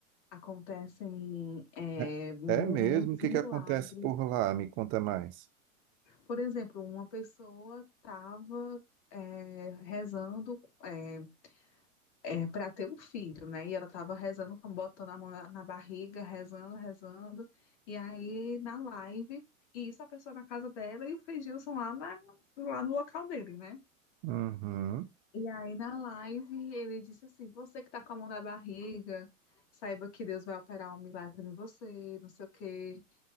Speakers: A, on the left; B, on the right.
A: acontecem é,
B: é-
A: mu-
B: é mesmo?
A: muitos
B: O que
A: milagres.
B: que acontece por lá? Me conta mais.
A: Por exemplo, uma pessoa estava rezando é, é, para ter um filho, né? E ela estava rezando, com- botando a mão na, na barriga, rezando, rezando. E aí, na live, e isso a pessoa na casa dela e o Fred Gilson lá, na- lá no local dele, né?
B: Uhum.
A: E aí, na live, ele disse assim: Você que tá com a mão na barriga, saiba que Deus vai operar um milagre em você, não sei o quê.